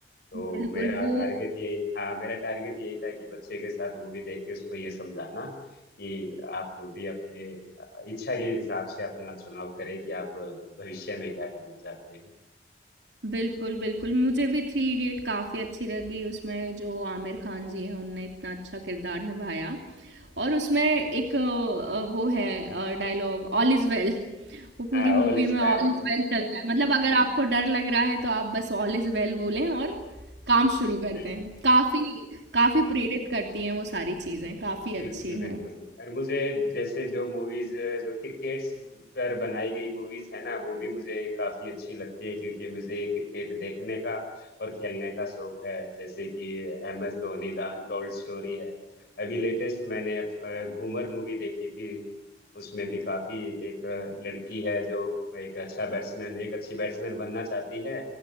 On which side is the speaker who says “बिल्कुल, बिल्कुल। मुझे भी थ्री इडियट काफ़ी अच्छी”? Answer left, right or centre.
Right